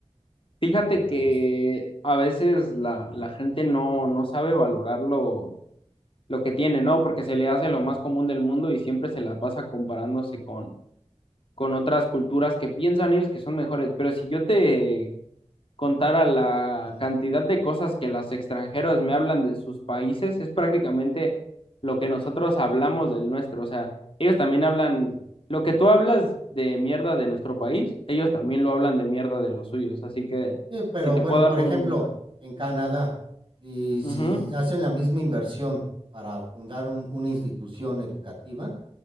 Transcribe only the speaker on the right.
a mi punto
de vista.
Ujú,
ujú,
ujú.
Sí, pero
bueno,
por ejemplo,
en Canadá, y si
hacen la misma inversión para fundar un- una institución educativa,